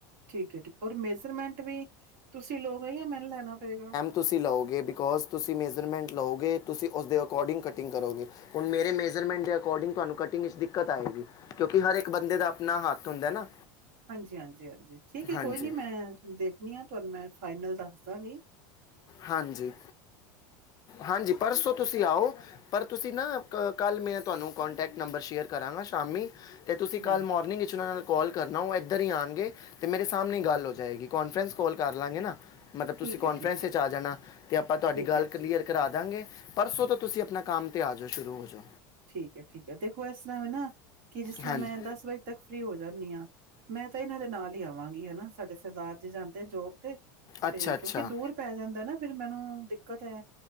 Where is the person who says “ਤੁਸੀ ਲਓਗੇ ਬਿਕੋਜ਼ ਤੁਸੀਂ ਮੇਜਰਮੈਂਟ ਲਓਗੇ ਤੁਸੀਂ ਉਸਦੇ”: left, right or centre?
Left